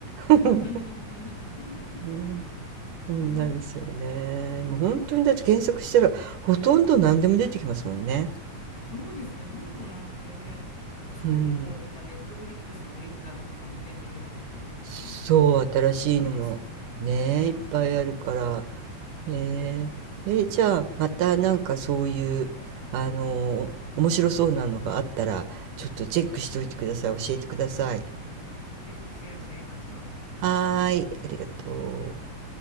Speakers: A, on the right (about 80°); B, on the left (about 65°).
A: <laughs>
B: うん。<laughs>
A: ねそんなですよね。
B: えー
A: もう本当にだって検索したらほとんど何でも出てきますもんね。
B: そうですね、ほぼ何でもね。で、しかももう今、
A: うん。
B: ネットフリックスのオリジナルとかもね、いろいろ出てきちゃって、
A: そう、新しいのもねえ、
B: すごいですよね。は
A: いっぱいあるから。えーえーじゃあまたなんかそういう、あの、面白そうなのがあったらちょっとチェックしておいてください。教えてください。
B: い。ぜひシェアし合いましょう。
A: はーい、ありがとう。